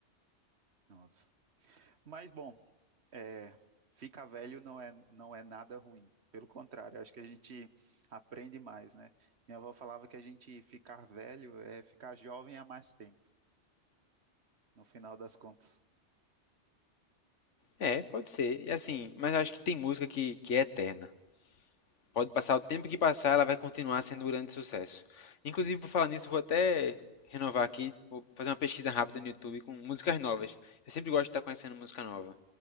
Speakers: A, on the right (about 65°); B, on the left (about 85°).
A: Nossa. Mas bom, É, ficar velho não é, não é nada ruim. Pelo contrário, acho que a gente aprende mais, né? Minha avó falava que a gente ficar velho é ficar jovem há mais tempo, no final das contas.
B: É, pode ser, e assim, mas eu acho que tem música que, que é eterna. Pode passar o tempo que passar, ela vai continuar sendo um grande sucesso. Inclusive, por falar nisso, vou até renovar aqui, vou fazer uma pesquisa rápida no YouTube com músicas novas. Eu sempre gosto de estar conhecendo música nova.